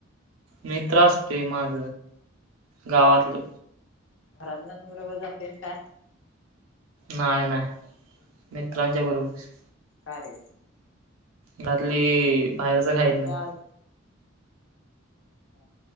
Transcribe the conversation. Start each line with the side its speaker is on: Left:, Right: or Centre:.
Right: मित्र असतय माझ,, गावातलं.
Left: घरातला नव रवं जातेस का?
Right: नाही नाही,, मित्रांच्या बरोबर..
Left: का ये?
Right: घरातली बाहेरच खायत नाही
Left: चाल ह